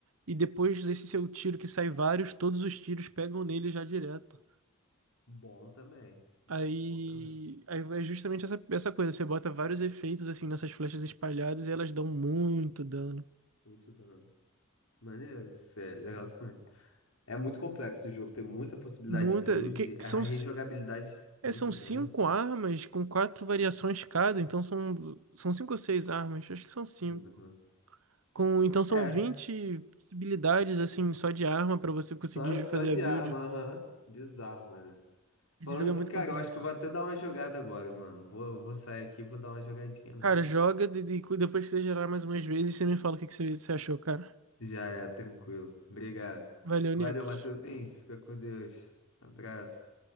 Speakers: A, on the right (about 80°); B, on the left (about 75°).
A: e depois desse seu tiro que sai vários, todos os tiros pegam nele já direto.
B: Bom também. Muito
A: Aí,
B: bom também.
A: aí é justamente essa, essa coisa, você bota vários efeitos assim nessas flechas espalhadas e elas dão muito dano.
B: Muito dano. Maneiro, isso é legal também. É muito complexo o jogo, tem muita possibilidade
A: Muita.
B: de build,
A: Que,
B: é
A: que são.
B: a rejogabilidade
A: É,
B: muito
A: são
B: grande.
A: cinco armas com quatro variações cada, então são, são cinco ou seis armas, acho que são cinco.
B: Uhum.
A: Com, então são
B: É,
A: 20 possibilidades, assim, só de arma pra você conseguir
B: só, só
A: fazer
B: de
A: a build.
B: arma, aham. Bizarro, mano.
A: Esse
B: Falando
A: jogo
B: isso,
A: é muito
B: cara,
A: completo.
B: eu acho que eu vou até dar uma jogada agora, mano. Vou, vou sair aqui e vou dar uma jogadinha agora.
A: Cara, joga e de, de- depois que você gerar mais umas vezes, você me fala o que, que você, você achou, cara.
B: Já é, tranquilo. Obrigado.
A: Valeu,
B: Valeu,
A: Nicolas.
B: Matheusinho. Fica com Deus. Abraço.